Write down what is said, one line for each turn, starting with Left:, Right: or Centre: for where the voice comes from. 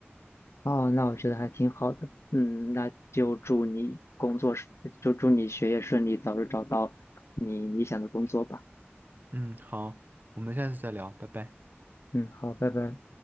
Left: 哦，那我觉得还挺好的。嗯，那就祝你工作顺，就祝你学业顺利，早日找到你理想的工作吧。
Right: 嗯，好，我们下次再聊，拜拜。
Left: 嗯，好，拜拜。